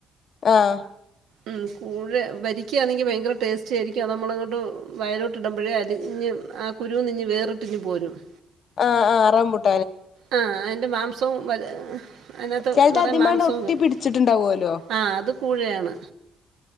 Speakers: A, on the left; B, on the right.
A: ആഹ്
B: ഉം കൂഴ വരിക്കെയാണെങ്കി ഭയങ്കര ടേസ്റ്റായിരിക്കും അത് നമ്മളോട് വായിലോട്ട് ഇടമ്പഴേ അലിഞ്ഞ് ആഹ് കുരൂന്നിഞ്ഞ് വേറിട്ടിഞ്ഞ് പോരൊള്ളു
A: ആഹ്. ആഹ് റംബുട്
B: ആഹ് അയ്ന്റെ മാം തും <unintelligible> അയ്നത്ത്
A: ചെലത്
B: നറയെ
A: അതിമ്മാണ്ട്
B: മാംസവും
A: ഒട്ടി
B: <unintelligible>
A: പിടിച്ചിട്ടുണ്ടാവോലോ
B: ആഹ് അത് കൂയേണ്